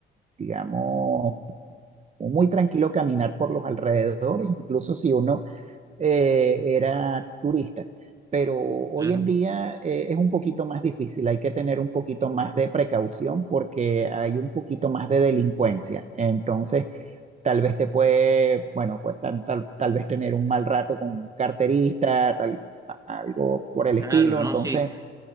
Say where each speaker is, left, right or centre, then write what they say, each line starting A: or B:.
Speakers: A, on the right; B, on the right.
A: digamos, muy tranquilo caminar por los alrededores, incluso si uno eh, era turista. Pero hoy
B: Claro.
A: en día eh, es un poquito más difícil, hay que tener un poquito más de precaución porque hay un poquito más de delincuencia. Entonces, tal vez te puede, bueno, pues tan- tal, tal vez tener un mal rato con un carterista, tal, algo por el
B: Claro,
A: estilo.
B: no,
A: Entonces,
B: sí,